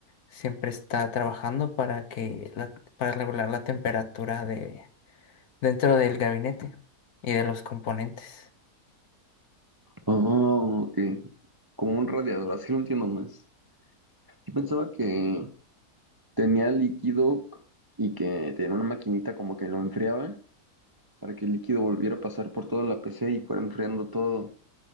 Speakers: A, on the left; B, on the right.
A: siempre está trabajando para que la- para regular la temperatura de dentro del gabinete y de los componentes.
B: Oh, ok. Como un radiador, así lo entiendo más. Yo pensaba que tenía líquido y que tenía una maquinita como que lo enfriaba para que el líquido volviera a pasar por toda la PC y fuera enfriando todo,